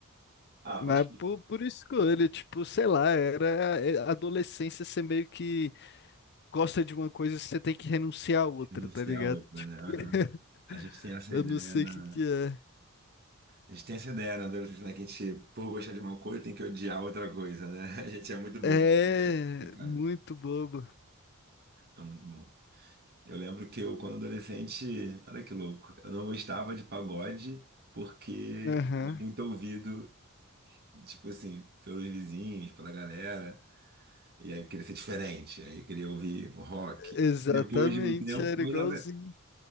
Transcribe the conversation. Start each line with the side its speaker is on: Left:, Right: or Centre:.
Right: Ah,
Left: Mas
Right: pode
Left: por, por escolha, tipo, sei lá, era é, adolescência, você meio que gosta de uma coisa, você tem que renunciar a outra,
Right: anunciar
Left: tá ligado?
Right: outra,
Left: Tipo,
Right: né? Aham.
Left: <laughs>
Right: A gente tem essa
Left: eu
Right: ideia
Left: não sei
Right: na.
Left: o que que é.
Right: A gente tem essa ideia na adolescência, né? Que a gente, por gostar de uma coisa, tem que odiar outra coisa, né? <laughs> A gente é muito bobo,
Left: É
Right: assim, né, cara?
Left: muito bobo.
Right: É muito bom. Eu lembro que eu, quando adolescente, olha que louco, eu não gostava de pagode porque
Left: Aham.
Right: era muito ouvido, tipo assim, pelos vizinhos, pela galera. E aí eu queria ser diferente, aí eu queria ouvir rock.
Left: Exatamente,
Right: Depois de um tempo,
Left: era
Right: mas
Left: igualzinho.
Right: na, ver-